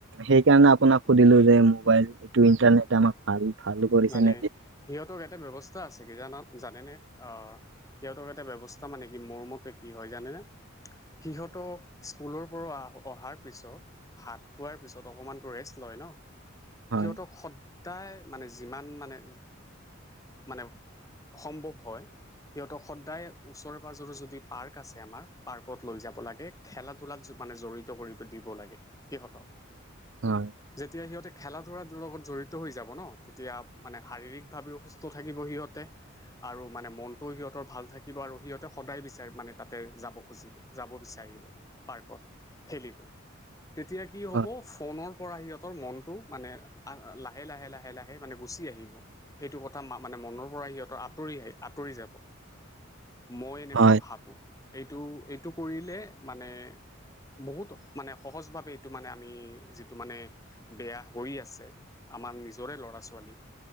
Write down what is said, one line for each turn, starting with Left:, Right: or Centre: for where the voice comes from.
Right: সেইকাৰণে আপোনাক সুধিলো যে মোবাইল এইটো ইন্টাৰনেট আমাক ভাল ভাল কৰিছে
Left: মানে
Right: নে।
Left: সিহঁতক এটা ব্যৱস্থা আছে কিজান জানেনে? আহ, সিহঁতক এটা ব্যৱস্থা মানে কি মোৰ মতে কি হয় জানেনে সিহঁতক। স্কুলৰ পৰা অহাৰ পিছত ভাত খোৱাৰ পিছত অকমানতটো ৰেষ্ট লয় ন।
Right: হয়
Left: সিহঁতক সদায় মানে যিমান মানে মানে। সম্ভৱ হয়। সিহঁতক সদায় ওচৰে পাজৰে যদি পাৰ্ক আছে আমাৰ পাৰ্কত লৈ যাব লাগে। খেলা ধূলাত মানে জড়িত কৰি দিব লাগে সিহঁতক।
Right: হয়।
Left: যেতিয়া সিহঁতে খেলা ধূলাৰ লগত জড়িত হৈ যাব ন। তেতিয়া মানে শাৰীৰিক ভাৱেও সুস্থ থাকিব সিহঁতে। আৰু মানে মনটোও সিহঁতৰ ভাল থাকিব আৰু সিহঁতে সদায় বিচাৰে মানে তাতে যাব খুজিব। যাব বিচাৰিব পাৰ্কত খেলিব। তেতিয়া কি হ'ব
Right: হয়
Left: ফোনৰ পৰা সিহঁতৰ মনতটো মানে লাহে লাহে লাহে লাহে। আহে মানে গুচি আহিব। সেইটো কথা মা মানে মনৰ পৰা সিহঁতৰ আঁতৰি আহে আঁতৰি যাব। মই এনেকুৱা
Right: হয়
Left: ভাবো এইটো এইটো কৰিলে মানে। বহুত মানে সহজভাৱে এইটো মানে আমি, যিটো মানে। বেয়া হৈ আছে আমাৰ নিজৰে ল'ৰা ছোৱালী